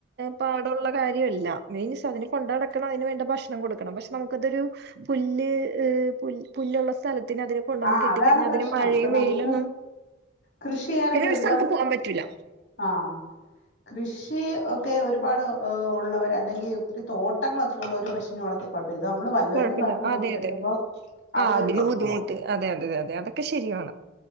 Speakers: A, on the right; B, on the left.
A: പാടുള്ള കാര്യമല്ല മീൻസ് അതിനെ കൊണ്ട നടക്കണം അതിന് വേണ്ട ഭക്ഷണം ള്ളം കൊടുക്കണം പക്ഷേ നമ്മുക്കതൊരു പുല്ല് പുൽ പുല്ലുള്ള സ്ഥല ന് അതിനെ കൊണ്ടുവ വന്ന്
B: ആഹ്
A: കിട്ടി
B: അതാണ്
A: കഴിഞ്ഞാ
B: പ്രശ്നം
A: അതിന് മഴയും
B: ഇപ്പൊ
A: വെയിലൊന്നും
B: നമുക്ക് കൃഷി ചെയ്യാനൊക്കെ
A: പിന്നെ ഒരു
B: ഒരുപാട്
A: സ്ഥലത്ത് പോവാൻ പറ്റൂല
B: ആഹ് കൃഷി ഒക്കെ ഒരുപാട് ഉള്ളവർ അല്ലെങ്കിൽ ഒത്തിരി തോട്ടങ്ങളൊക്കെ ഉള്ളവർ പശുനോഓളത്തിൽ കുഴപ്പില്ല <unintelligible> നമ്മള് വല്ലവൻ്റെ
A: കുഴപ്പമില്ല
B: പറമ്പിക്കൊണ്ട്
A: അതെ
B: കെട്ടുമ്പോ
A: അതെ
B: അവിടെ
A: ആ അതിന്
B: ഒരു പ്രശ്നമാവും
A: ബുദ്ധിമുട്ട് അതെ അതെതെ അതെ അതൊക്കെ ശരിയാണ്